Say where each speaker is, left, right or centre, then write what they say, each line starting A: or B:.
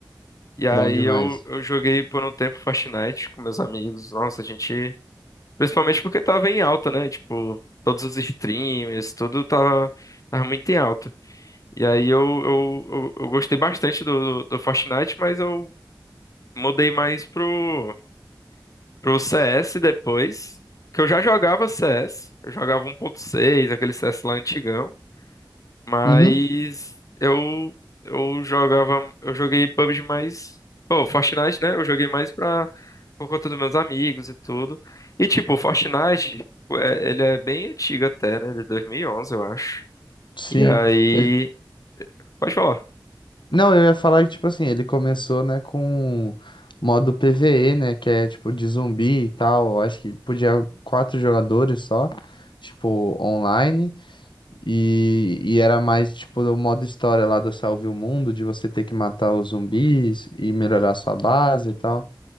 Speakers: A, on the left; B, on the left.
A: E aí,
B: bom demais.
A: eu, eu joguei por um tempo Fortnite com meus amigos. Nossa, a gente... Principalmente porque tava em alta, né? Tipo, todos os streamers, tudo tava, tava muito em alta. E aí eu, eu, eu, eu gostei bastante do, do, do Fortnite, mas eu mudei mais pro, pro CS depois. Que eu já jogava CS, eu jogava um 1.6, aquele CS lá antigão. Mas
B: Uhum.
A: eu, eu jogava, eu joguei PUBG mais. Pô, Fortnite, né? Eu joguei mais pra por conta dos meus amigos e tudo. E tipo, o Fortnite, é- ele é bem antigo até, né? Ele é 2011 eu acho.
B: Sim,
A: E aí,
B: ele,
A: pode falar.
B: Não, eu ia falar que, tipo assim, ele começou, né, com modo PvE, né, que é, tipo, de zumbi e tal. Eu acho que podia quatro jogadores só, tipo, online. E, e era mais, tipo, o modo história lá do Salve o Mundo, de você ter que matar os zumbis e melhorar sua base e tal.